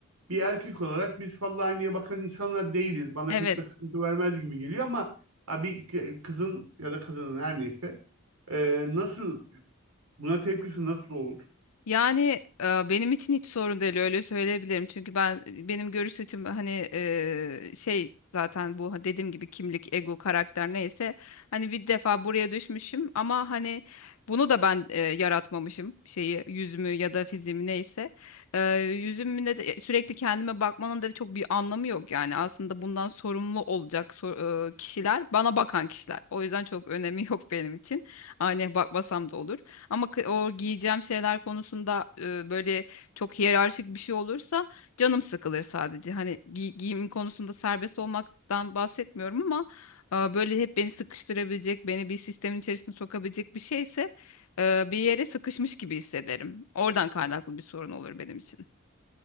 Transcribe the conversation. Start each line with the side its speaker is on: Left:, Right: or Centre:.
Right: bir erkek olarak biz fazla aynaya bakan insanlar değiliz. Bana
Left: Evet.
Right: pek de sıkıntı vermez gibi geliyor ama ha, bir kızın ya da kadının her neyse e, nasıl buna tepkisi nasıl olur?
Left: Yani e, benim için hiç sorun değil öyle söyleyebilirim. Çünkü ben benim görüş açım hani e, şey zaten bu hani, dediğim gibi kimlik, ego, karakter neyse hani bir defa buraya düşmüşüm ama hani bunu da ben e, yaratmamışım şeyi yüzümü ya da fiziğimi neyse. E, yüzümde de sürekli kendime bakmanın da çok bir anlamı yok yani aslında bundan sorumlu olacak so- e, kişiler bana bakan kişiler. O yüzden çok önemi <laughs> yok benim için. Aynaya bakmasam da olur. Ama kı- o giyeceğim şeyler konusunda e, böyle çok hiyerarşik bir şey olursa canım sıkılır sadece. Hani gi- giyim konusunda serbest olmaktan bahsetmiyorum ama e, böyle hep beni sıkıştırabilecek, beni bir sistemin içerisine sokabilecek bir şeyse e, bir yere sıkışmış gibi hissederim. Oradan kaynaklı bir sorun olur benim için.